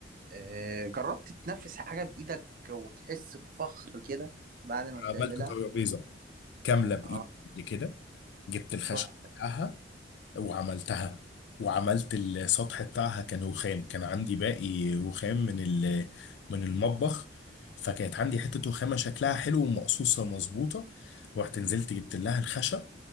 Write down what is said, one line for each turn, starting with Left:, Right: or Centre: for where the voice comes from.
Right: آه جربت تنفس حاجه بايدك وتحس بفخر كده بعد ما بتعملها
Left: عملت ترابيزة كاملة بإيدي
Right: اه
Left: قبل كده جبت الخشب
Right: تحفة
Left: بتاعها وعملتها وعملت السطح بتاعها كان رخام كان عندي باقي رخام من ال- من المطبخ فكانت عندي حتة رخامة شكلها حلو ومقصوصة مظبوطة رحت نزلت جبت لها الخشب